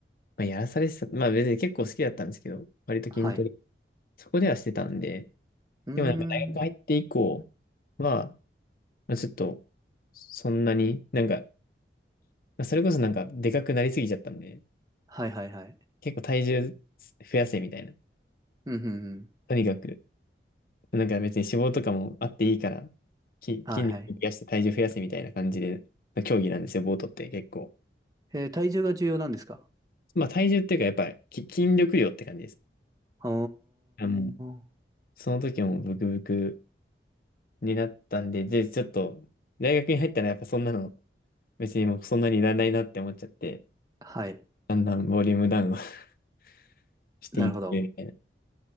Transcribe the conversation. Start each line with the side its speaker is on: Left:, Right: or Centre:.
Left: まあ、やらされてた。まあ別に結構好きだったんですけど、割と筋トレ、
Right: ー、はい。
Left: そこではしてたんで、
Right: うーん。
Left: でもなんか大学入って以降は、まあ、ちょっと、そんなに、なんか、まあそれこそなんか、でかくなりすぎちゃったんで、
Right: はいはいはい。
Left: 結構体重増やせみたいな。
Right: うんうんうん。
Left: とにかく、なんか別に脂肪とかもあっていいから、き、
Right: はいはい。
Left: 筋肉増やして体重増やせみたいな感じで、の競技なんですよ、ボートって結構。
Right: えー体重が重要なんですか
Left: まあ体重っていうか、やっぱりき筋力量って感じです。
Right: お
Left: あ、もう、
Right: ー。
Left: その時もブクブクになったんで、で、ちょっと、大学に入ったらやっぱそんなの、別にもうそんなにいらないなって思っちゃって、
Right: はい。
Left: だんだんボリュームダウンを <laughs> していって、
Right: なるほど。
Left: みたいな。